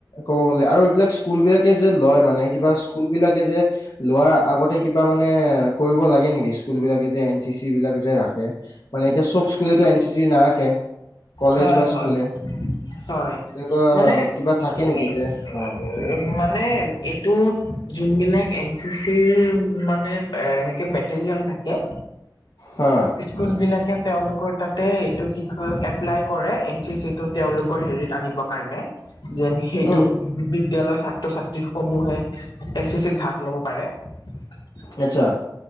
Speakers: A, on the left; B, on the left.
A: ক'ব গ'লে আৰু এইবিলাক স্কুল বিলাকে যে লয় মানে কিবা স্কুল বিলাকে যে লোৱাৰ আগতে কিবা মানে কৰিব লাগে নেকি, স্কুল বিলাকে যে এন চি চি বিলাক যে ৰাখে? মানে এতিয়া চব স্কুলেটো এন চি চি নাৰাখে। কলেজ
B: হয়-
A: বা
B: হয়-হয়
A: স্কুলে তেনেকুৱা
B: মানে
A: কিবা থাকে
B: <unintelligible>
A: নেকি যে অ
B: উম, মানে এইটো যোন বিলাক এন চি চিৰ মানে এনেকে টেলিয়াম থাকে
A: হা
B: স্কুলবিলাকে তেওঁলোকৰ তাতে এইটো কি কয় এপ্লাই কৰে এন চি চিটো তেওঁলোকৰ হেৰিত আনিবৰ কাৰণে। যেন সেইটো
A: উম
B: বিদ্যালয়ৰ ছাত্ৰ-ছাত্ৰী সমূহে এন চি চিত ভাগ ল'ব পাৰে <unintelligible>
A: আচ্ছা।